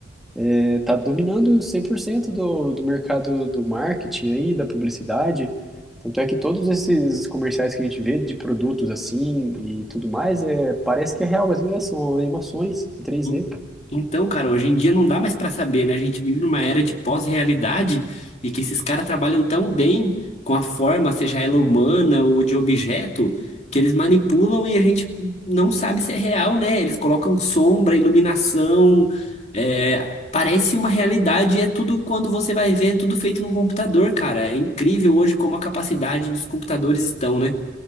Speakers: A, in the centre; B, on the left.
A: é, tá dominando 100% do, do mercado do marketing aí, da publicidade. Tanto é que todos esses comerciais que a gente vê de produtos assim e tudo mais, é, parece que é real, mas não é, são animações em 3D.
B: En- Então, cara, hoje em dia não dá mais pra saber, né? A gente vive numa era de pós-realidade e que esses caras trabalham tão bem com a forma, seja ela humana ou de objeto, que eles manipulam e a gente não sabe se é real, né? Eles colocam sombra, iluminação, é, parece uma realidade e é tudo quando você vai ver, é tudo feito no computador, cara. É incrível hoje como a capacidade dos computadores estão, né?